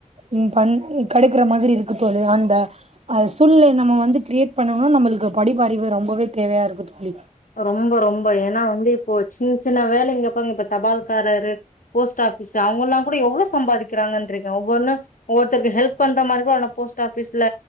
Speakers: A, on the right (about 50°); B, on the left (about 85°).
A: உம் பண் கெடைக்கிற மாதிரி இருக்கு தோழி அந்த அ சூழ்நிலைய நம்ம வந்து கிரியேட் பண்ணனுனா நம்மளுக்கு படிப்பறிவு ரொம்பவே தேவையா இருக்கு தோழி
B: ரொம்ப ரொம்ப ஏன்னா வந்து இப்போ சின்ன சின்ன வேலை இங்க பாருங்க இப்ப தபால் காரரு போஸ்ட் ஆ ஃபிஸ் அவங்க எல்லாங் கூட எவ்ளோ சம்பாதிக்கிறாங்க ட்ருக்க ஒவ்வொன்னு ஒர் த்தருக்கு ஹெல்ப் பண்ற மாரி கோட அந்த போஸ்ட் ஆஃபிஸ்ல